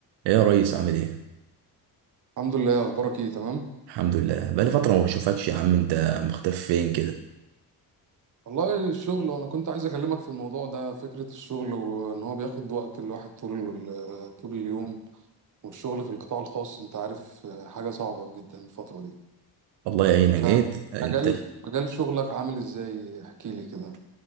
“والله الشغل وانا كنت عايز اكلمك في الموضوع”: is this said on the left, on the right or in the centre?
Right